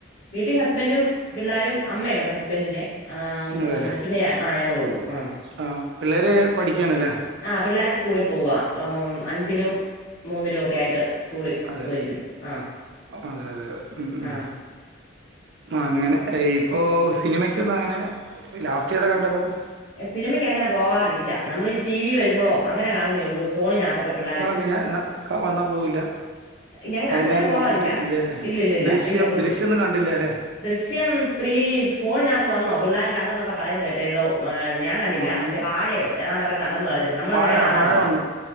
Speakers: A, on the left (about 75°); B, on the right (about 55°).
A: വീട്ടി ഹസ്ബൻഡും പിള്ളരും അമ്മയോണ്ട് ഹസ്ബൻഡിന്റെ ആഹ്
B: അതെല്ലേ
A: പിന്നെ ഞാനും ആഹ് ഞങ്ങളു ഒള്ളൂ ആഹ്
B: ആഹ് പിള്ളേര് പഠിക്കാണ്ല്ലേ?
A: ആഹ് പിള്ളര് സ്കൂളിൽ പോവാ ആഹ് അഞ്ചിലും മൂന്നിലും ഒക്കെ ആയിട്ട് സ്കൂളിൽ
B: അതെല്ലേ
A: പോയിരിക്കുന്നു ആഹ്
B: അതെ അതെ ഉം ഉം
A: ആഹ്
B: അങ്ങനെ ഇപ്പൊ സിനിമക്കൊന്നും അങ്ങനെ ലാസ്റ്റ് ഏതാ കണ്ടെ പടം
A: സിനിമയ്ക്കങ്ങനെ പോവാറില്ല നമ്മളി ടി വി വരുമ്പോഴോ അങ്ങനെ കാണുന്നേ ഉള്ളൂ ഫോണിനത്തൊക്കെ പിള്ളര്
B: പിന്നെ എന്നാ <unintelligible> വന്നാ പോവില്ല
A: ഞ
B: മോഹൻലാല്
A: അങ്ങനെ പോവാറില്ല
B: മമ്മൂട്ടി ഇല്ലെ
A: ഇല്ലില്ലില്ല
B: ദൃശ്യം
A: ഇല്ല പോസി
B: ദൃശ്യഒന്നും കണ്ടില്ലല്ലേ
A: ദൃശ്യം ത്രീ ഫോണിനത്ത് വന്നോ പിള്ളര് കണ്ടെന്നൊക്കെ പറയുന്ന കേട്ട് ഏതോ ഞാൻ കണ്ടില്ല
B: വന്നു
A: മറ്റേ വാഴയോ ഏതാണ്ടൊക്കെ കണ്ടെന്ന് പറയുന്ന കേട്ട് നമ്മള
B: വാഴ
A: അങ്ങനെ കാണാറില്ല
B: വാഴ വന്നു